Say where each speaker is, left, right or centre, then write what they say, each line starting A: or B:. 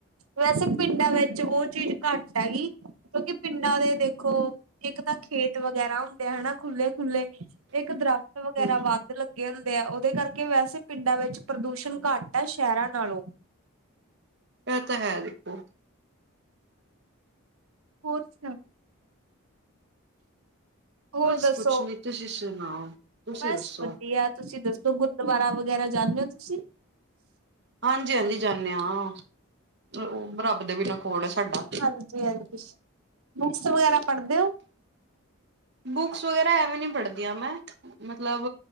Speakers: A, on the right; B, on the right.
A: ਵੈਸੇ ਪਿੰਡਾਂ ਵਿੱਚ ਉਹ ਚੀਜ਼ ਘੱਟ ਹੈਗੀ। ਕਿਉਂਕਿ ਪਿੰਡਾਂ ਦੇ ਦੇਖੋ ਇੱਕ ਤਾਂ ਖੇਤ ਵਗੈਰਾ ਹੁੰਦੇ ਹਨਾ ਖੁੱਲ੍ਹੇ ਖੁੱਲ੍ਹੇ ਇੱਕ ਦਰੱਖਤ ਵਗੈਰਾ
B: ਹੂੰ
A: ਵਾ ਲੱਗੇ ਹੁੰਦੇ ਆ ਉਹਦੇ ਕਰਕੇ ਵੈਸੇ ਪਿੰਡਾਂ ਵਿੱਚ ਪ੍ਰਦੂਸ਼ਣ ਘੱਟ ਹੈ ਸ਼ਹਿਰਾਂ ਨਾਲੋਂ।
B: ਇਹ ਤਾਂ ਹੈ ਦੇਖੋ
A: ਹੋਰ ਸੁਣਾਓ। ਹੋਰ
B: ਬਸ
A: ਦੱਸੋ
B: ਕੁਛ ਨੀ, ਤੁਸੀਂ ਸੁਣਾਓ। ਤੁਸੀਂ
A: ਬਸ
B: ਦੱਸੋ
A: ਵਧੀਆ ਤੁਸੀਂ ਦੱਸੋ ਗੁਰਦੁਆਰਾ ਵਗੈਰਾ ਜਾਂਦੇ ਹੋ ਤੁਸੀਂ।
B: ਹਾਂਜੀ ਹਾਂਜੀ ਜਾਂਦੇ ਹਾਂ ਉਹ ਰੱਬ ਦੇ ਬਿਨਾਂ ਕੋਲ ਸਾਡਾ।
A: ਹਾਂਜੀ ਹਾਂਜੀ ਬੁੱਕਸ ਵਗੈਰਾ ਪੜ੍ਹਦੇ ਹੋ
B: ਬੁੱਕਸ ਵਗੈਰਾ ਐਵੇਂ ਨਹੀਂ ਪੜ੍ਹਦੀ ਆਂ ਮੈਂ, ਮਤਲਬ